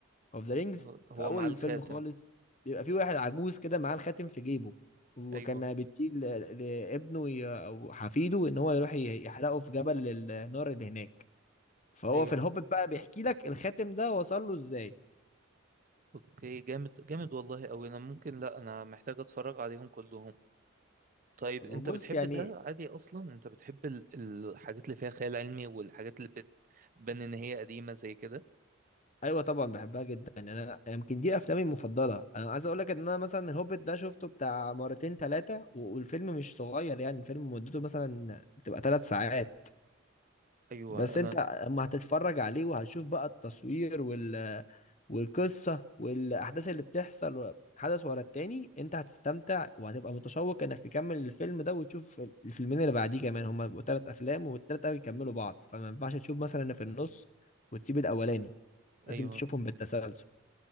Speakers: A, on the left; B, on the right.
A: اوف ذا رينجز
B: هو هو
A: في اول
B: مع الخاتم
A: الفيلم خالص بيبقى في واحد عجوز كده معاه الخاتم في جيبه وكان
B: ايوه
A: بيطيل ل- لابنه ي- او حفيده ان هو يروح ي- يحرقه في جبل النار اللي هناك فهو
B: ايوه
A: في الهوبت بقى بيحكي لك الخاتم ده وصل له ازاي
B: اوكي جامد جامد والله اوي انا ممكن لا انا محتاج اتفرج عليهم كلهم طيب انت
A: بص
B: بتحب
A: يعني
B: ده عادي اصلا انت بتحب ال- الحاجات اللي فيها خيال علمي والحاجات اللي بتبان ان هي قديمة زي كده
A: ايوه طبعا بحبها جدا يعني انا يمكن دي افلامي المفضله انا عايز اقول لك ان انا مثلا الهوبت ده شفته بتاع مرتين ثلاثه والفيلم مش صغير يعني الفيلم مدته مثلا بتبقى ثلاث ساعات
B: ايوه
A: بس
B: انا
A: انت اما هتتفرج عليه وهتشوف بقى التصوير وال والقصة والأحداث اللي بتحصل حدث ورا التاني انت هتستمتع وهتبقى متشوق انك تكمل الفيلم ده وتشوف الفيلمين اللي بعديه كمان هما بيبقوا تلات أفلام والتلاتة بيكملوا بعض فما ينفعش تشوف مثلا اللي في النص وتسيب الأولاني
B: ايوه
A: لازم تشوفهم بالتسلسل